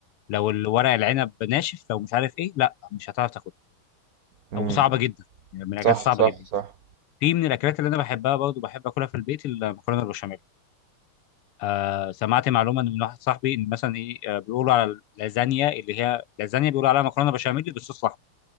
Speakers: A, on the left (about 90°); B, on the right (about 50°).
A: لو الورق العنب ناشف لو مش عارف ايه لا مش هتعرف تاكله
B: امم
A: او صعبه جدا يعني من الاكلات
B: صح
A: صعبه
B: صح
A: جدا
B: صح
A: في من الاكلات اللي انا بحبها برضه بحب اكلها في البيت المكرونه البشاميل آه سمعت معلومه إن من واحد صاحبي ان مثلا ايه آه بيقولوا على اللازانيا اللي هي لازانيا بيقولوا عليها مكرونه بشاميل بالصوص الاحمر